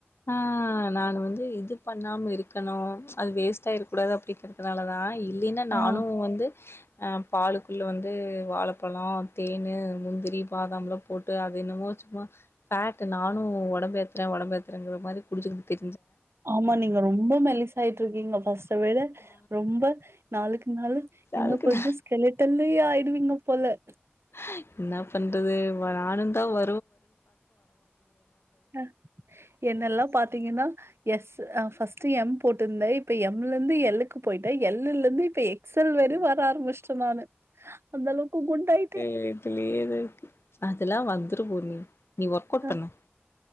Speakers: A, on the left; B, on the right.
A: ஆஹ ந நானு வந்து இது பண்ணாம இருக்கணு அது வேஸ்ட் ஆயிரக்கூடாது அப்படி அதனாலதா இ இல்லினா நானும்
B: ஆ
A: வந்து அஹ பாலுக்குள்ளே வந்து வாழப்பழம் தேனு முந்திரி பாதாம்லா போட்டு அது என்னமோ சும்மா ஃபேட்டு நானும் ஒடம்பு ஏத்றே உடம்பு ஏத் றங்கர மாரி குடிச்சுட்டு தி
B: ஆமா நீங்க ரொம்ப மெல்லிசாயிட்டு இருக்கீங்க ஃபஸ்ட விட
A: ஆ
B: ரொம்ப நாளுக்கு நாளு இன்னு
A: அதுக்கு
B: கொஞ்சோ
A: தா
B: ஸ்கெலிட்டன் லி ஆயிடுவீங்க போல
A: ஆய் இன்ன பண்றது வ நானுதா வ
B: அ என்னெல்லா பாத்தீங்கன்னா எஸ்
A: ம்
B: அ ஃபஸ்ட்டு எம் போட்டுருந்தை இப்ப எம்ல இருந்து எல்லுக்கு போயிட்டே எல்லுல இருந்து இப்ப எக்ஸ்எல் வேறு வர ஆரம்பிச்சிட்டே நானு அந்த அளவுக்கு குண்டாயிட்டேன்.
A: எ எ எத்திலே எனன இருக்கு அதெல்லா வந்துரு பூர்ணி நீ ஒர்க் அவுட்
B: ஹ
A: பண்ணு